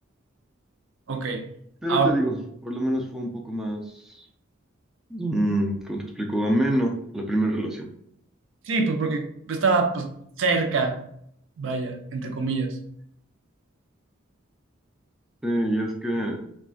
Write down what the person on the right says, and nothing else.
ok.
Ahora,
Sí, pues porque estaba pues cerca, vaya, entre comillas,